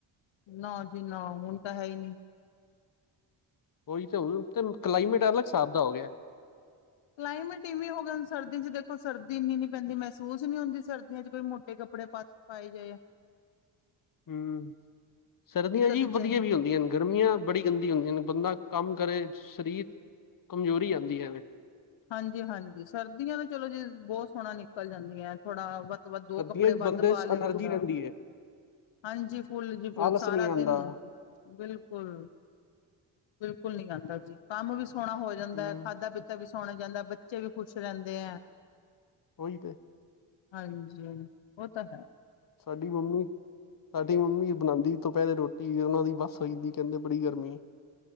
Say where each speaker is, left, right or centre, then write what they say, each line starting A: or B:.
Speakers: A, on the left; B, on the left.
A: ਨ ਜੀ ਨ ਹੁਣ ਤਾਂ ਹੈ ਨਹੀਂ
B: ਉਹੀ ਤੇ ਹੁਣ ਤੇ ਕਲਾਈਮੇਟ ਅਲੱਗ ਦਾ ਹੋ ਗਿਆ ਹੈ
A: ਕਲਾਈਮੇਟ ਇਵੇਂ ਹੋ ਗਿਆੁਣ ਸਰਦੀਆਂ 'ਚ ਦੇਖੋ ਸਰਦੀ ਇੰਨੀ ਨਹੀਂ ਪੈਂਦੀ ਮਹਿਸੂਸ ਨਹੀਂ ਹੁੰਦੀ ਸਰਦੀਆਂ ' ਕੋਈ ਮੋਟੇ ਕੱਪੜੇ ਪਾ ਪਾਏ ਜਾਏ ਆ
B: ਹਮ ਸਰਦੀਆਂ
A: ਇੱਕ
B: ਜੀ
A: ਅੱਧੀ ਜ
B: ਵਧੀਆ ਵੀ ਹੁੰਦੀਆਂ ਨੇ ਗਰਮੀਆਂ ਬੜੀ ਗੰਦੀ ਹੁੰਦੀਆਂ ਨੇ ਬੰਦਾ ਕੰਮ ਕਰੇ ਸਰੀਰ ਕਮਜ਼ੋਰੀ ਆਉਂਦੀ ਹੈਵੇ
A: ਹਾਂਜੀ ਹਾਂਜੀ ਸਰਦੀਆਂ ਤਾਂ ਚਲੋ ਜੀ ਬਹੁਤ ਸੋਹਣਾ ਨਿਕਲ ਜਾਂਦੀਆਂ ਥੋੜਾ ਵ
B: ਸਰਦੀਆਂ
A: ਦੋ ਕੱਪੜੇ
B: ਚ
A: ਵੱਧ
B: ਬੰਦੇ
A: ਪਾ
B: ਚ
A: ਲਏ
B: ਐਨਰਜੀ
A: ਬੰਦਾ
B: ਰਹਿੰਦੀ ਏ,
A: ਹਾਂਜੀ ਫੁੱਲ ਜੀ ਫੁੱਲ
B: ਆਲਸ
A: ਸਾਰਾ
B: ਨੀ ਆਂਦਾ।
A: ਦਿਨ ਬਿਲਕੁਲ ਬਿਲਕੁਲ ਨੀ ਆਉਂਦਾ ਜ ਕੰਮ ਵੀ ਸੋਹਣਾ ਹੋ ਜਾਂਦਾ
B: ਹੂੰ,
A: ਹੈ ਖਾਧਾ ਪੀਤਾ ਵੀ ਸੌਣਾ ਜਾਂਦਾ ਬੱਚੇ ਵੀ ਖੁਸ਼ ਰਹਿੰਦੇ ਹੈ
B: ਉਹੀ ਤੇ
A: ਹਾਂਜੀ ਹੋ ਤਾਂ ਹੈ
B: ਸਾਡੀ ਮੰਮੀ ਸਾਡੀ ਮੰਮੀ ਬਣਾਉਂਦੀ ਤੋਂਪਹਿਲੇ ਰੋਟੀ ਉਹਨਾਂ ਦੀ ਬੱਸ ਹੋ ਜਾਂਦੀ ਕਹਿੰਦੇ ਬੜੀ ਗਰਮੀ